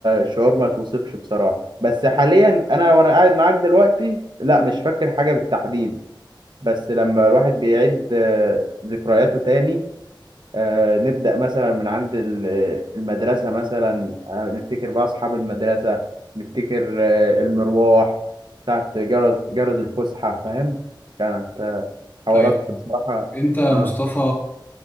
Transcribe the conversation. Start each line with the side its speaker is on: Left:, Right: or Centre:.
Right: شعور ما يتوصفش بصراحه بس حاليا انا وانا قاعد معاك دلوقتي لا مش فاكر حاجه بالتحديد بس لما الواحد بيعيد آه، ذكرياته تاني آه، نبدأ مثلا من عند ال- آه، المدرسة مثلا آه، نفتكر بقى أصحاب المدرسة نفتكر آه، المروح بتاعت جرس جرس الفسحة فاهم كانت آه، حوارات
Left: طيب
Right: بصراحة
Left: انت مصطفى
Right: آه.